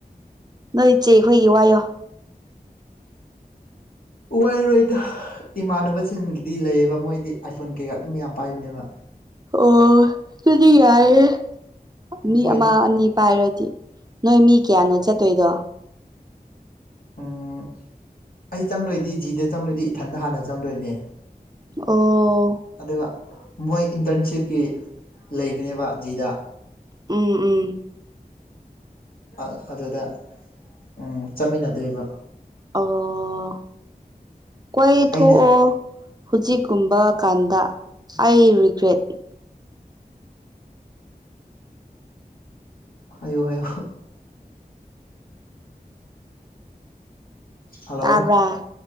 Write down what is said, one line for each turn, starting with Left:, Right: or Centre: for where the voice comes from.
Right: ꯅꯣꯏ ꯆꯦ ꯈꯣꯏꯒꯤ ꯋꯥꯏꯌꯣ
Left: ꯋꯥꯏꯔꯣꯏꯗ ꯏꯃꯥꯟꯅꯕꯁꯤꯡꯒꯤꯗꯤ ꯂꯩꯌꯦꯕ ꯃꯣꯏꯗꯤ ꯑꯥꯏꯐꯣꯟ ꯀꯩꯀꯥ ꯑꯗꯨꯝ ꯌꯥꯝ ꯄꯥꯏꯕꯅꯦꯕ
Right: ꯑꯣ ꯑꯗꯨꯗꯤ ꯌꯥꯏꯌꯦ ꯃꯤ
Left: ꯃꯣꯏꯗ
Right: ꯑꯃ ꯑꯅꯤ ꯄꯥꯏꯔꯗꯤ ꯅꯣꯏ ꯃꯤ ꯀꯌꯥꯅꯣ ꯆꯠꯇꯣꯏꯗꯣ
Left: ꯑ ꯑꯩ ꯆꯪꯗꯣꯏꯗꯤ ꯖꯤꯗ ꯆꯪꯗꯣꯏꯗꯤ ꯏꯊꯟꯗ ꯍꯥꯟꯅ ꯆꯪꯗꯣꯏꯅꯦ
Right: ꯑꯣ
Left: ꯑꯗꯨꯒ ꯃꯣꯏ ꯏꯟꯇꯔꯟꯁꯤꯞꯀꯤ ꯂꯩꯕꯅꯦꯕ ꯖꯤꯗ
Right: ꯎꯝ ꯎꯝ
Left: ꯑ ꯑꯗꯨꯗ ꯎꯝ ꯆꯠꯃꯤꯟꯅꯗꯣꯏꯕ
Right: ꯑꯣ ꯀꯣꯢ
Left: ꯑꯩꯅ
Right: ꯊꯣꯛꯑꯣ ꯍꯧꯖꯤꯛꯀꯨꯝꯕ ꯀꯥꯟꯗ ꯑꯩ ꯔꯤꯒ꯭ꯔꯦꯠ
Left: ꯍꯥꯏꯌꯣ ꯍꯥꯏꯌꯣ ꯍꯜꯂꯣ
Right: ꯇꯥꯕ꯭ꯔꯥ